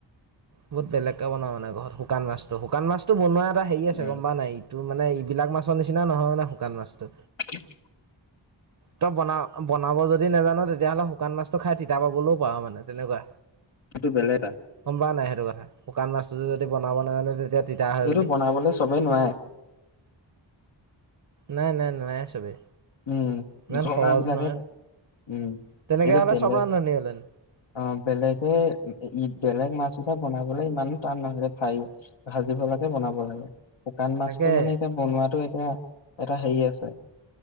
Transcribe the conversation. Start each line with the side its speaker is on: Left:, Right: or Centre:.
Right: বহুত বেলেগকে বনাও মানে ঘৰত শুকান মাছটো শুকান মাছটো বনোৱা এটা হেৰি
Left: উম,
Right: গম পা নাই এইটো মানে এইবিলাক মাছৰ নিচিনা নহয় মানে শুকান মাছটো।
Left: <inaudible>
Right: তই বনা বনাব যদি নেজান তেতিয়াহ'লে শুকান মাছটো খাই তিতা পাবলৈও পাও মানে তেনেকুৱা
Left: সেইটো বেলেগ এটা
Right: কা নাই সেইটো কথা শুকান মাছটো যদি বনাব নাজানে তেতিয়া তিতা হয়
Left: এইটো
Right: বুলি।
Left: বনাবলে চবেই নোৱাই
Right: নাই নাই নোৱাই চবেই।
Left: উম
Right: ইমান
Left: জনাবিলাকে
Right: সহজ নহয়
Left: পায়, উম
Right: তেনেকে
Left: এইটো
Right: হ'লে
Left: বেলেগ
Right: চব ৰান্ধনী হ'লেন
Left: অঁ বেলেগে বেলেগ মাছ বনাবলে ইমানো টান নালাগে ভাই ভাজিব লাগে বনাব লাগে। শুকান মাছটো
Right: তাকে।
Left: মানে এতিয়া বনোৱাটো এতিয়া এটা হেৰি আছে।